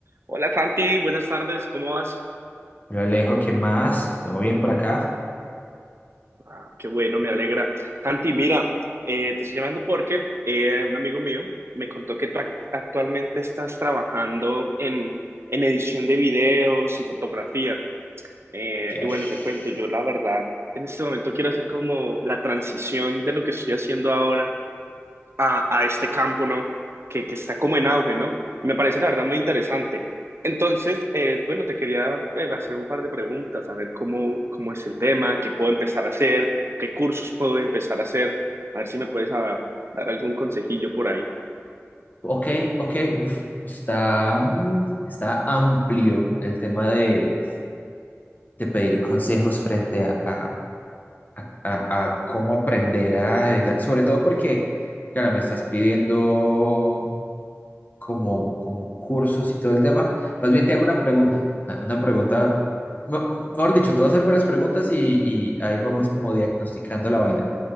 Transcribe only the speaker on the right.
Hola Santi, buenas tardes, ¿cómo vas?
Ah, qué bueno, me alegra. Santi, mira, eh, te estoy llamando porque eh, un amigo mío me contó que tú ac- actualmente estás trabajando en, en edición de videos y fotografía. Eh,
y bueno, te cuento, yo la verdad, en este momento quiero hacer como la transición de lo que estoy haciendo ahora a, a este campo, ¿no? Que, que está como en auge, ¿no? Me parece la verdad muy interesante. Entonces, eh, bueno, te quería eh, hacer un par de preguntas, a ver cómo, cómo es el tema, qué puedo empezar a hacer, qué cursos puedo empezar a hacer, a ver si me puedes ah, dar algún consejillo por ahí.